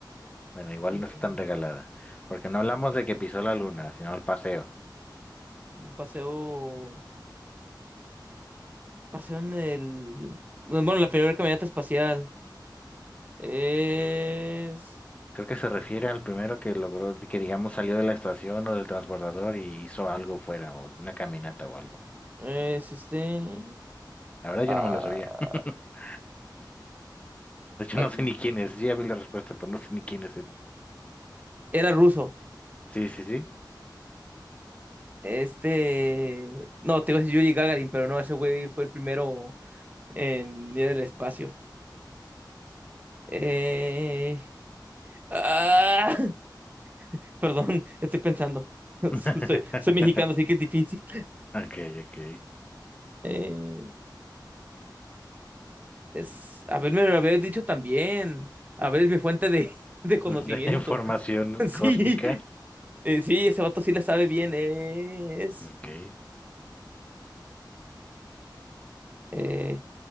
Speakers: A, on the left; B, on the right.
A: Bueno, igual
B: mm,
A: no está tan regalada, porque no hablamos de que pisó la luna, sino el paseo.
B: Paseo. Paseo en el. Bueno, la primera caminata espacial. Es.
A: Creo que se refiere al primero que logró, que digamos salió de la estación o del transbordador y hizo algo fuera, o una caminata o algo.
B: Es este.
A: La verdad yo
B: ah,
A: no me lo sabía. <laughs> De hecho,
B: ah,
A: no sé ni quién es. Yo ya vi la respuesta, pero no sé ni quién es él.
B: era ruso.
A: Sí, sí, sí.
B: Este. No, te iba a decir Yuri Gagarin, pero no, ese güey fue el primero en ir al espacio. Eh, Ah, <laughs> perdón, estoy pensando. <laughs>
A: <laughs>
B: Soy, soy mexicano, así que es difícil.
A: Ok, ok.
B: Eh, es, a ver, me lo habías dicho también. A ver, es mi fuente de, de conocimiento.
A: <laughs> Información
B: <laughs> Sí,
A: cósmica.
B: eh, sí, ese vato sí le sabe bien. Es
A: Ok.
B: eh,